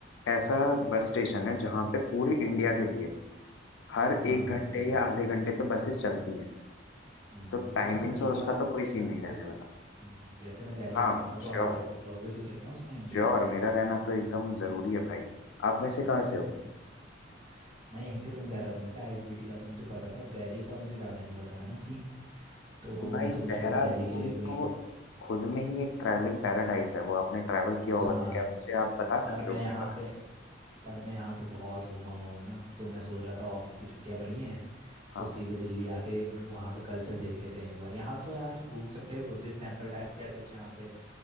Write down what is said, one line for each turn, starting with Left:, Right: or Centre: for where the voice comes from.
Left: ऐसा बस स्टेशन है जहाँ पे पूरी इंडिया के लिए हर
Right: हाँ
Left: एक घंटे
Right: सही कह
Left: या
Right: रहे
Left: आधे
Right: हो
Left: घंटे पे बसेस चलती हैं
Right: हम्म,
Left: तो
Right: वो
Left: टाइमिंग्स
Right: तो सब ठीक
Left: और उसका
Right: है आप
Left: तो
Right: मेरे
Left: कोई
Right: साथ
Left: सीन नहीं रहने
Right: हम्म,
Left: वाला
Right: जैसे मैं दिल्ली
Left: हाँ
Right: घूमूंगा तो आप
Left: श्योर
Right: मेरे साथ रहोगे तो सही ना उस टाइम पे
Left: श्योर मेरा रहना तो एकदम जरूरी है भाई आप वैसे कहाँ से हो
Right: हम्म, मैं यहीं से तू देहरादून से आईएसबीटी का तो मुझे पता था दिल्ली का मुझे ज़्यादा नहीं पता था ना सीन तो
Left: तो भाई
Right: मैं सोच
Left: देहरादून
Right: रहा था दिल्ली के लिए
Left: तो
Right: कोई
Left: खुद में ही एक ट्रैवलिंग पैराडाइस है वो आपने ट्रैवल किया होगा
Right: हाँ
Left: तो क्या मुझे आप बता
Right: पर
Left: सकते
Right: मैं
Left: हो उसके
Right: यहाँ
Left: बारे
Right: पे पर मैं यहाँ पे बहुत घूमा हुआ हूँ ना तो मैं सोच रहा था ऑफिस की छुट्टियां पड़ी हैं
Left: में
Right: तो
Left: हाँ
Right: सीधे दिल्ली आके उन वहाँ का कल्चर देख लेते हैं एक बार यहाँ तो यार तुम घूम सकते हो बुद्धिस्ट टेम्पल टाइप का है कुछ यहाँ पे